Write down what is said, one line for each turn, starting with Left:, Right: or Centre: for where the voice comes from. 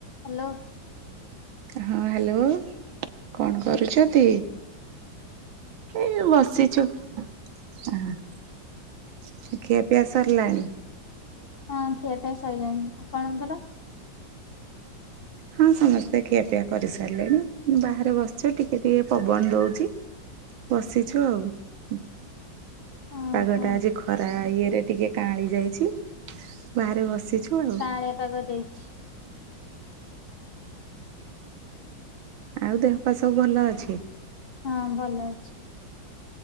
Left: Hello.
Right: ହଁ hello. କଣ କରୁଛନ୍ତି? ଏଇ ବସିଛୁ। ଆ ଖିଆ ପିଆ ସରିଲାଣି?
Left: ହଁ ଖିଆ ପିଆ ସଇଲାଣି ଆପଣଙ୍କର?
Right: ହଁ ସମସ୍ତେ ଖିଆ ପିଆ କରିସାରିଲେଣି ବାହାରେ ବସିଚୁ ଟିକେ ଟିକେ ପବନ ଦଉଚି। ବସିଛୁ ଆଉ।
Left: ହଁ
Right: ପାଗ
Left: ହଁ
Right: ଟା ଆଜି ଖରା ଇଏରେ ଟିକେ କାଳି ଯାଇଛି। ବାହାରେ ବସିଛୁ ଆଉ।
Left: କାଳିଆ ପାାଗ ଦେଇଛି।
Right: ଆଉ ଦେହ ପା ସବୁ ଭଲ ଅଛି?
Left: ହଁ ଭଲ ଅଛି।